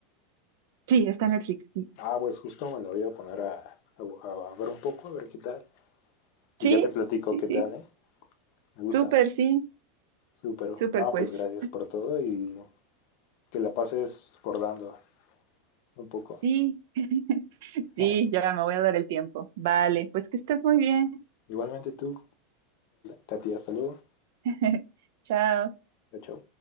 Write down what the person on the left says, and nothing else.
Pues,
ah, pues justo me la voy a poner a, a- a ver un poco, a ver qué tal. Y
ya te platico
qué tal,
¿eh? Me gusta.
Súper.
No,
pues gracias por todo y que la pases bordando. un poco.
<laughs>
Igualmente tú, Katia. Hasta luego.
Chao, chao.